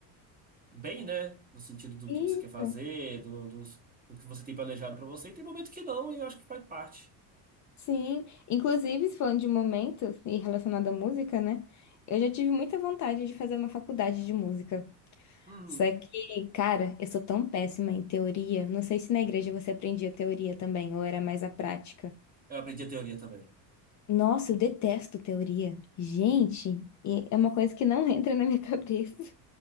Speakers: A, on the right; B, on the left.
A: bem, né? No sentido do
B: Isso.
A: que você quer fazer, do, dos- do, que você tem planejado pra você, e tem momento que não, e eu acho que faz parte.
B: Sim, inclusive falando de momentos e relacionado à música, né? Eu já tive muita vontade de fazer uma faculdade de música.
A: Hum,
B: Só que, cara, eu sou tão péssima em teoria. Não sei se na igreja você aprendia teoria também, ou era mais a prática.
A: eu aprendi a teoria também.
B: Nossa, eu detesto teoria. Gente, e é uma coisa que não <laughs> entra na minha <laughs> cabeça.